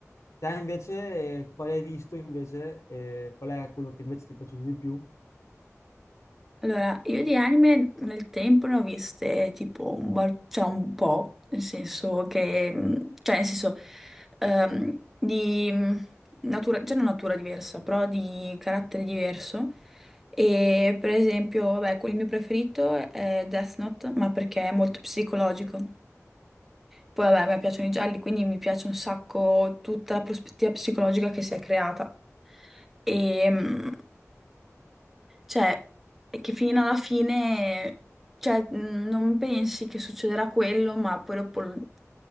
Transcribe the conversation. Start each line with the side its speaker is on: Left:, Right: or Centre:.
Left: Te invece, eh, quale hai visto invece? eh, qual è quello che invece ti è piaciuto di più?
Centre: Allora, io di anime nel tempo ne ho viste tipo un, bel- cioè un po', nel senso che, mh, cioè nel senso ehm, di mh, natura, cioè non natura diversa, però di carattere diverso. E per esempio, vabbè, il mio preferito è Death Note, ma perché è molto psicologico. Poi vabbè, a me piacciono i gialli, quindi mi piace un sacco tutta la prospettiva psicologica che si è creata. E mh, cioè, e che fino alla fine, cioè, mh, non pensi che succederà quello, ma poi dopo l-